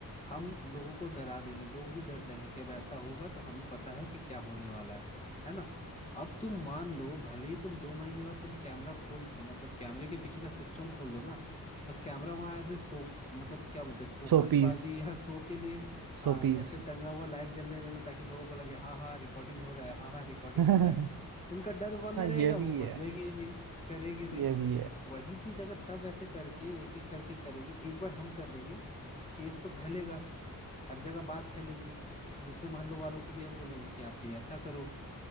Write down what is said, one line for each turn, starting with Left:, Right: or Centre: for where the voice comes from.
Left: हम लोगों को डरा देंगे लोग भी डर जाएंगे कि अब ऐसा होगा तो हमें पता है कि क्या होने वाला है है ना अब तुम मान लो भले ही तुम दो महीने बाद तुम कैमरा खोल दो, मतलब कैमरे के पीछे का सिस्टम खोल दो ना बस कैमरा वहां एज ए सो मतलब क्या बोलते हैं फोकस
Right: सौ पीस
Left: बाजी या सो के लिए
Right: सौ
Left: हाँ
Right: पीस
Left: वैसे टंगा हुआ लाइट जलने रहना ताकि लोगों को लगे हाँ हाँ रिकॉर्डिंग हो रहा है हाँ हाँ रिकॉर्डिंग
Right: <laughs> हाँ
Left: हो रहा है उनका डर बना रहेगा
Right: ये भी
Left: वो बदलेंगे
Right: है
Left: ही नहीं करेंगे नहीं
Right: ये भी है
Left: वही चीज अगर सब ऐसे करके एक एक करके करेंगे एक बार हम कर देंगे केस तो फैलेगा हर जगह बात फैलेगी दूसरे मोहल्लों वालों को भी हम बोलेंगे कि आप भी ऐसा करो